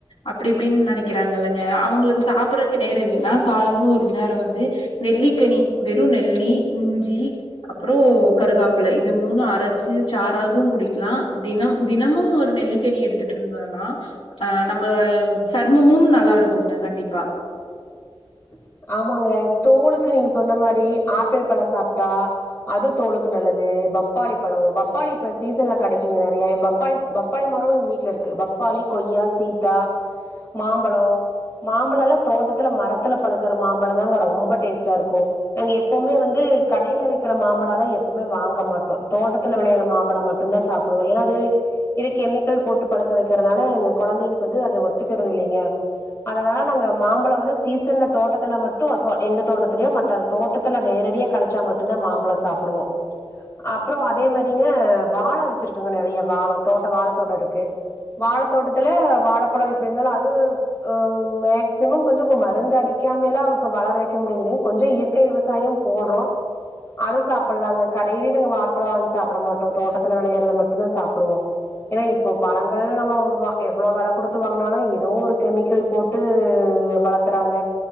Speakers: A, on the left (about 65°); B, on the left (about 25°).
A: அப்டி இப்டின்னு நெனக்கிறாங் க இல்லங்க அவுங்களுக்கு சாப்பறக்கு நேரோ இல்லைனா காலைல ஒரு நேரோ வந்து நெல்லிக்கனி வெறு நெ ல்லி இஞ்சி அப்றோ கருகாப்பிள இது மூணு அரச்சு சாராகவு குடி கலா தினம் தினமும் ஒரு நெல்லிக்கனி எடுத்துட்டு இருந்தோனா அ நம்ம சர்மமு ம் நல்லா இருக்குங்க கண்டிப்பா
B: <unintelligible> ஆமாங்க தோலுக்கு நீங்க சொன்ன மாரி ஆப்பிள் பழோ சாப்ட்டா அது தோலுக்கு நல்ல து பப்பாளி பழோ பப்பாளி இப்ப சீசன்ல கெடைக்குங்க நெறயா பப்பாளி பப்பாளி மரோ எங்க வீட்ல இருக்கு பப் பாளி, கொய்யா, சீத்தா, மாம்பழோ மாம்பழோல்லா தோட்டத்துல மரத்துல பழுக்கற மாம்பழந்தாங்க ரொம்ப டேஸ்டா இருக்கு நாங்க எப்புமே வந்து கடைல விக்கிற மாம்பழல்லா எப்புமே வாங்க மாட்டோ தோட்டத்தில வெளயற மாம்பழோ மட்டுந்தா சாப்டுவோ ஏனா அது இது கெமிக்கல் போட்டு பழுக்க வெ க்கறனால எங்க கொழந்தைகளுக்கு வந்து அது ஒத்துக்கிறது இல்லைங்க அதனால நாங்க மாம்பழோ வந்து சீசன்ல தோட்டத்துல மட்டோ சோ எங்க தோட்டத்திலயோ மத்த தோட்டத்துல நேரடியா கிடைச்சா மட்டுந்தா மாம்பழோ சாப்டுவோ அப்றோ அதே மாரிங்க வாழ வெச்சிருக்குங்க நெறைய வாழ தோட்டோ வாழத் தோட்டோ இருக்கு வாழத்தோட்டத்துல வாழப்பழோ எப்டி இந்தாலு அது உ மேக்சிமம் கொஞ்சோ மருந்து அடி கியாமெல்லா இப்ப வளர வெக்க முடியுது கொஞ்சோ இயற்கை விவசாயம் போடுறோ அது சாப்பிடலாங்க கடையிலயு நாங்க வாழைப்பழோ வாங்கி சாப்பிட மாட்டோ தோட்டத்துல விளையறத மட்டுந்தா சாப்பிடுவோ ஏன்னா இப்போ பழங்கள் நம்ம வ எவ்ளோ வெல குடுத்து வாங்கனாலு ஏதோ ஒரு கெமிக்கல் போட்டு ஹ் வளத்துறாங்க